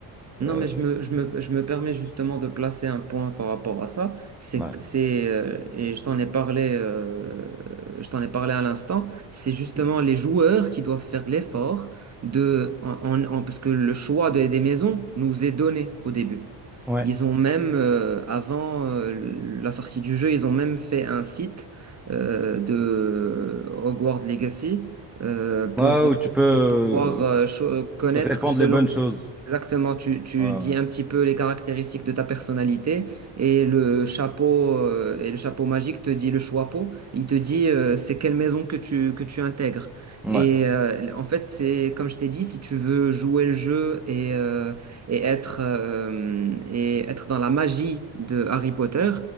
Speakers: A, on the right; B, in the centre.
A: Non,
B: euh,
A: mais je me, je me, je me permets justement de placer un point par rapport à ça. C'est,
B: ouais.
A: que- c'est, euh, et je t'en ai parlé, euh, je t'en ai parlé à l'instant. C'est justement les joueurs qui doivent faire l'effort de, en, en- en- parce que le choix des des maisons nous est donné au début.
B: Ouais.
A: Ils ont même, euh, avant euh, la sortie du jeu, ils ont même fait un site euh, de Hogwarts Legacy euh, pour,
B: Ouais, ou tu peux euh,
A: pour pouvoir euh, cho- connaître
B: répandre
A: selon
B: les bonnes choses.
A: Exactement, tu, tu
B: Ouais,
A: dis
B: ouais,
A: un petit peu les caractéristiques de ta personnalité et le chapeau euh, et le chapeau magique te dit le choixpeau, il te dit euh, c'est quelle maison que tu que tu intègres.
B: ouais.
A: Et euh, en fait, c'est comme je t'ai dit, si tu veux jouer le jeu et euh, et être euh, et être dans la magie de Harry Potter,